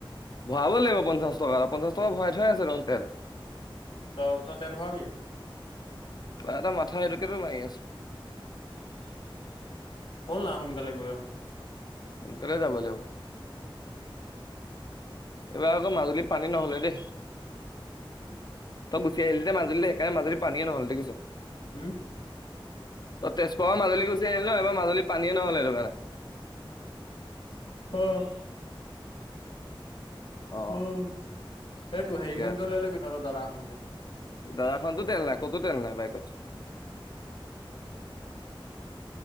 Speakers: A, on the left (about 50°); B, on the left (about 85°).
A: ভৰাব লাগিব পঞ্চাশ টকা আৰু পঞ্চাশ টকা ভৰাই থৈ আছে ৰ তেল
B: ত ত তেল খুৱোবি।
A: ত এটা মাথা সেইটোকে তো মাৰি আছো
B: ব'ল না সোনকালে গৈ অহো
A: সোনকালেই যাব লাগিব। এইবাৰ আকৌ মাজুলী পানী নহলে দেই। তই গুচি আহিলি মাজুলী সেইকাৰণে মাজুলী পানীয়ে নহল দেখিছ-
B: হম
A: তেজপুৰৰ মাজুলী গুচি আহনিল এইবাৰ মাজুলী পানীয়ে নহল এইেইটো কাৰণে- <unintelligible>
B: উম।
A: অ
B: অঁ এইটো
A: ঠিকে
B: হেৰিখনকে
A: আছে
B: উওলিয়াই লবি তহতৰ দাদাখনকে
A: দাদাখনতো তেল নাই কত তেল নাই বাই কত- <unintelligible>